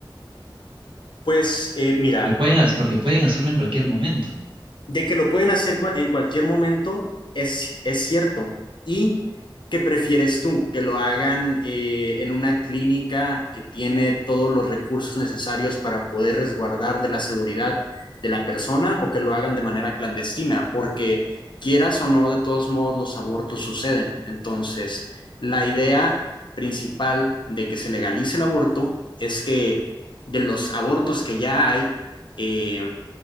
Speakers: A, on the left (about 65°); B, on the right (about 80°).
A: Pues eh, mira,
B: porque pueden, ha- porque pueden hacerlo en cualquier momento.
A: de que lo pueden hacer en cualquier momento es, es cierto. ¿Y qué prefieres tú? ¿Que lo hagan eh, en una clínica que tiene todos los recursos necesarios para poder resguardar de la seguridad de la persona o que lo hagan de manera clandestina? Porque quieras o no, de todos modos los abortos suceden. Entonces, la idea principal de que se legalice el aborto es que de los abortos que ya hay, eh,